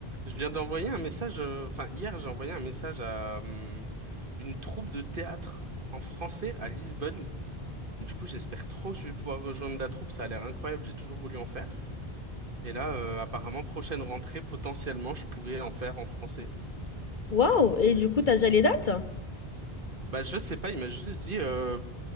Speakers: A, on the right (about 55°); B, on the left (about 50°).
A: Je viens d'envoyer un message, euh, enfin hier j'ai envoyé un message à hum, une troupe de théâtre en français à Lisbonne. Du coup j'espère trop que je vais pouvoir rejoindre la troupe, ça a l'air incroyable, j'ai toujours voulu en faire. Et là euh, apparemment prochaine rentrée potentiellement je pourrais en faire en français.
B: Waouh! Et du coup, t'as déjà les dates?
A: Bah je sais pas, il m'a juste dit euh,